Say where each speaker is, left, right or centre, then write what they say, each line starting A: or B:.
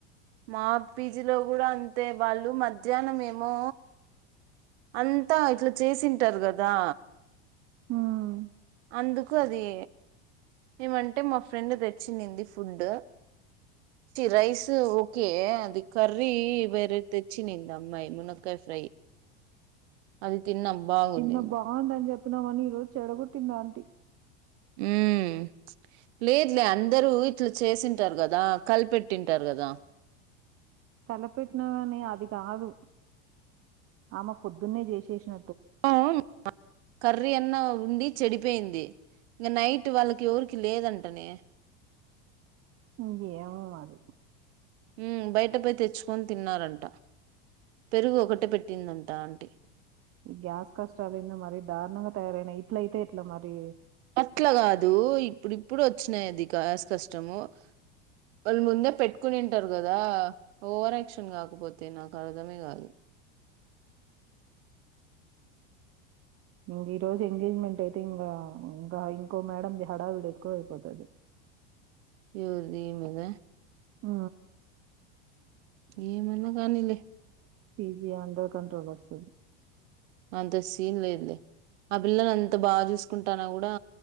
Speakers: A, on the right; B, on the right.
A: మా పీజీలో కూడా అంతే వాళ్ళు మధ్యాహ్నం ఏమో అంతా ఇట్లా చేసింటారు కదా
B: హ్మ్
A: అందుకు అది ఏమంటే మా ఫ్రెండ్ తెచ్చింనింది ఫుడ్ రైస్ ఓకే అది కర్రీ వేరే తెచ్చింది అమ్మాయి మునక్కయ ఫ్రై అది తిన్న బాగున్నింది
B: నిన్న బాగుందని చెప్పినామని ఈ రోజు చెడగొట్టింది ఆంటీ
A: ఉమ్ లేదులే అందరూ ఇట్లా చేసింటారు కదా కలిపెట్టింటారు కదా
B: కలపెట్టినా కాని అది కాదు ఆమె పొద్దున్నే చేసేసిన
A: ఆ ఉమ్ కర్రీ అన్న ఉండి చెడిపోయింది ఇంక నైట్ వాళ్ళకి ఎవరికి లేదంటనే
B: ఇంగేమో మరి
A: ఉమ్ బయటపోయ్ తెచ్చుకొని తిన్నారంట పెరుగు ఒకటే పెట్టిందంట అంటీ
B: ఈ గ్యాస్ కష్టాలెంది మరీ దారుణంగా తయారైనయి ఇట్లయితే ఎట్లా మరి
A: అట్లా కాదు ఇప్పుడు ఇప్పుడు వచ్చినాయి అది గ్యాస్ కష్టము వాళ్ళు ముందే పెట్టుకునింటారు కదా ఓవర్ ఆక్షన్ కాకపోతే నాకు అర్థమే కాదు
B: ఇంగా ఈ రోజు ఎంగేజ్మెంట్ అయితే ఇంకా ఇంకా ఇంకో మేడది హడావిడు ఎక్కువ అయిపోతది
A: ఎవరుది ఏ మీద
B: ఆ
A: ఏ మన్న కానిలే
B: పిజ అండర్ కంట్రోల్ వచ్చ సం
A: అంత సీన్ లేదులే ఆ పిల్లని అంత బాగా చూసుకుంటాన్న కూడా